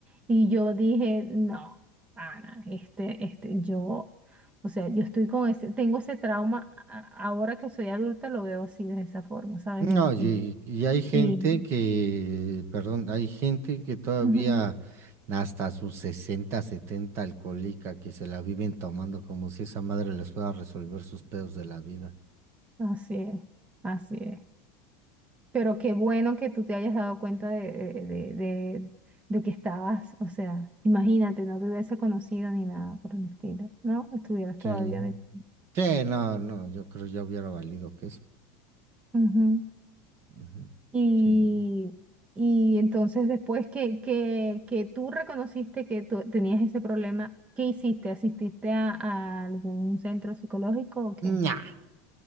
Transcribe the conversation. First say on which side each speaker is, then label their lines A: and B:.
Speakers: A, on the right; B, on the right.
A: Y yo dije, no, Ana, este, este, yo, o sea, yo estoy con ese, tengo ese trauma, a- ahora que soy adulta lo veo así, de esa forma, ¿sabes?
B: No,
A: Y,
B: y,
A: y,
B: y hay gente
A: y-
B: que, perdón, hay gente que todavía
A: Ujú.
B: hasta sus 60 70 alcohólica que se la viven tomando como si esa madre les pueda resolver sus pedos de la vida.
A: Así es, así es. Pero qué bueno que tú te hayas dado cuenta de, de, de, de- de que estabas, o sea, imagínate, no te hubiese conocido ni nada por el estilo, ¿no? Estuvieras
B: Sí.
A: todavía metido.
B: Sí, no, no, yo creo ya hubiera valido que eso.
A: Ujú.
B: Ujú.
A: Y,
B: Sí.
A: y entonces después que, que, que tú reconociste que tú tenías ese problema, ¿qué hiciste? ¿Asististe a, a algún centro psicológico o qué?
B: Nah,